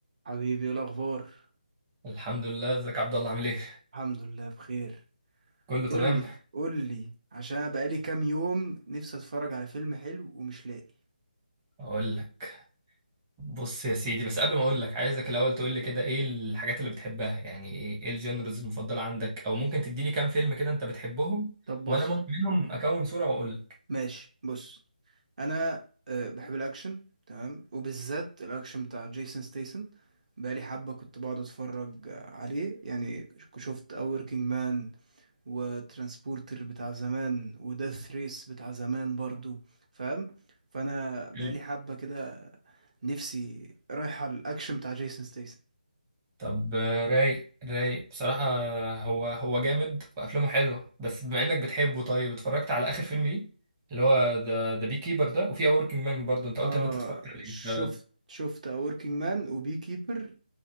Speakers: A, on the right (about 50°); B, on the right (about 20°).
A: حبيبي ايه الاخبار
B: الحمد لله ازيك يا عبد الله عامل ايه
A: الحمد لله بخير
B: كله تمام
A: قول لي قول لي عشان أنا بقالي كام يوم نفسي اتفرج على فيلم حلو ومش لاقي
B: اقول لك بص يا سيدي بس قبل ما اقول لك عايزك الاول تقول لي كده ايه الحاجات اللي بتحبها يعني ايه ايه الجنرز المفضله عندك او ممكن تدي لي كام فيلم كده انت بتحبهم
A: طب بص
B: وانا ممكن منهم اكون صوره واقول لك
A: ماشي بص انا أه بحب الاكشن تمام وبالذات الاكشن بتاع جيسون ستيسن بقالي حبة كنت بقعد اتفرج آه، عليه يعني ك- شفت اوركينج مان وترانسبورتر بتاع زمان وداث ريس بتاع زمان برضو فاهم فانا بقالي
B: حلو.
A: حبة كده نفسي رايحة الاكشن بتاع جيسون ستيسن
B: طب آه، رايق رايق بصراحه آه، هو هو جامد وافلامه حلوه بس بما انك بتحبه طيب اتفرجت على اخر فيلم ليه اللي هو ذا ذا بي كيبر ده وفي اور وركينج مان برضه انت قلت
A: اه
B: ان انت اتفرجت عليه
A: شفت
B: ف-
A: شفت A Working Man و Bee Keeper